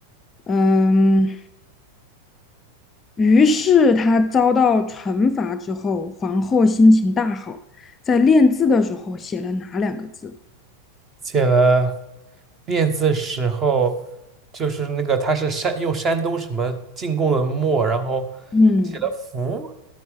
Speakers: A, on the left (about 20°); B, on the right (about 25°).
A: 嗯，于是他遭到惩罚之后，皇后心情大好，在练字的时候写了哪两个字？
B: 写了练字时候，就是那个他是山用山东什么进贡的墨，然后
A: 嗯，
B: 写了福，